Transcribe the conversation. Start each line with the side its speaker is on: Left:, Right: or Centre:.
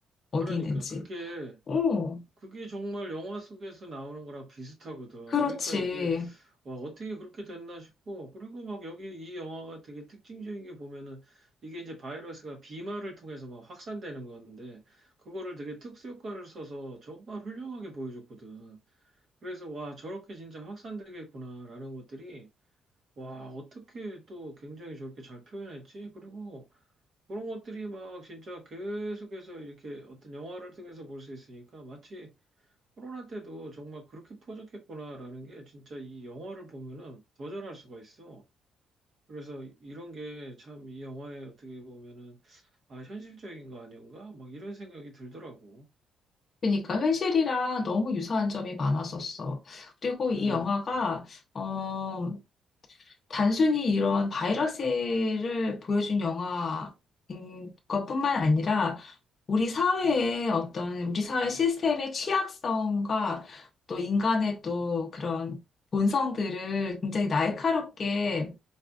Right: 그러니까
Left: 어디 있는지.
Right: 그게
Left: 어,
Right: 그게 정말 영화 속에서 나오는 거랑 비슷하거든.
Left: 그렇지.
Right: 그러니까 이게 와, 어떻게 그렇게 됐나 싶고, 그리고 막 여기 이 영화가 되게 특징적인 게 보면은, 이게 이제 바이러스가 비말을 통해서 막 확산되는 건데, 그거를 되게 특수효과를 써서 정말 훌륭하게 보여줬거든. 그래서, 와, 저렇게 진짜 확산되겠구나라는 것들이, 와, 어떻게 또 굉장히 저렇게 잘 표현했지? 그리고 그런 것들이 막 진짜 계속해서 이렇게 어떤 영화를 통해서 볼 수 있으니까, 마치 코로나 때도 정말 그렇게 퍼졌겠구나라는 게 진짜 이 영화를 보면은 거절할 수가 있어. 그래서 이런 게 참 이 영화에 어떻게 보면은 아, 현실적인 거 아닌가? 막 이런 생각이 들더라고.
Left: 그러니까 현실이랑 너무 유사한 점이 많았었어. 그리고 이
Right: 음.
Left: 영화가 어, 단순히 이런 바이러스를 보여준 영화인 것뿐만 아니라 우리 사회의 어떤 우리 사회 시스템의 취약성과 또 인간의 또 그런 본성들을 굉장히 날카롭게